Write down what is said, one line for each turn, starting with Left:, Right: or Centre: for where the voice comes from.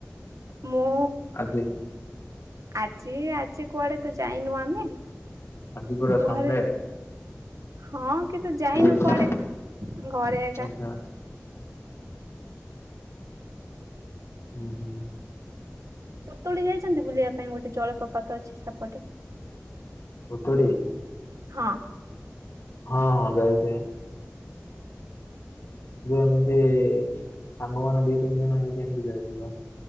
Right: ମୁଁ,
Left: ଆଜି
Right: ଆଜି ଆଜି କୁଆଡେ ତ ଯାଇନୁ ଆମେ!
Left: ଆଜି ପରା
Right: ଘରେ
Left: ସଣ୍ଡେ!
Right: ହଁ, କିନ୍ତୁ ଯାଇନୁ
Left: ଫ୍ରି
Right: କୁଆଡେ
Left: ନା?
Right: ଘରେ ଏକା।
Left: ଆଚ୍ଛା ହୁଁ ହୁଁ।
Right: ପୁତୁଡ଼ି ଯାଇଛନ୍ତି ବୁଲିବା ପାଇଁ ଗୋଟେ ଜଳପ୍ରପାତ ଅଛି, ସେପଟେ?
Left: ପୁତୁଡ଼ି!
Right: ହଁ।
Left: ହଁ ହଁ ଯାଇଚି। ଯେ ଏମିତି-ଇ ସାଙ୍ଗ ମାନ ଦି ତିନି ଜଣ ହେଇକି, ଏମତି ଯାଇଥିଲୁ।